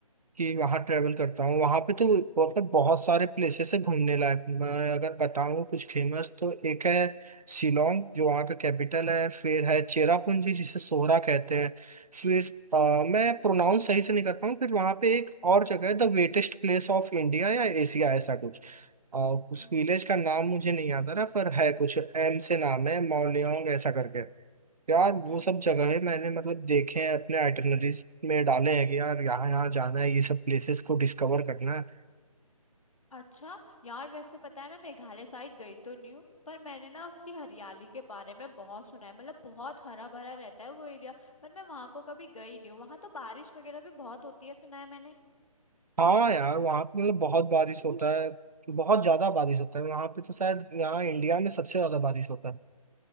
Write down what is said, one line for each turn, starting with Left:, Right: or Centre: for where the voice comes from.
Right: कि वहाँ ट्रेवल करता हूँ वहाँ पे तो मतलब बहुत सारे प्लेसेस है घूमने लायक मैं अगर बताऊँ कुछ फेमस तो एक है शिलोंग जो वहाँ का कैपिटल है फिर है चेरापूंजी जिसे सोहरा कहते हैं फिर अ, मैं प्रोनाउंस सही से नहीं कर पाऊँ फिर वहाँ पे एक और जगह है the wettest place of India या एशिया ऐसा कुछ अ, उस
Left: हम्म
Right: विलेज का नाम मुझे नहीं याद आ रहा पर है कुछ एम से नाम है मौलियोंग ऐसा करके यार
Left: हम्म
Right: वो सब जगहें मैंने मतलब देखे हैं अपने आइटनरीज में डाले हैं कि यार यहाँ यहाँ जाना है ये सब प्लेसेस को डिस्कवर करना है
Left: अच्छा यार वैसे पता है मैं मेघालय साइड गई तो नहीं हूँ पर मैंने ना उसकी हरियाली के बारे में बहुत सुना है मतलब बहुत हरा भरा रहता है वो एरिया पर मैं वहां को कभी गई नहीं हूँ वहां तो बारिश वगैरह भी बहुत होती है सुना है मैंने
Right: हाँ यार वहाँ पे मतलब बहुत बारिश होता है बहुत ज्यादा बारिश होता है वहाँ पे तो शायद यहाँ इंडिया में सबसे ज्यादा बारिश होता है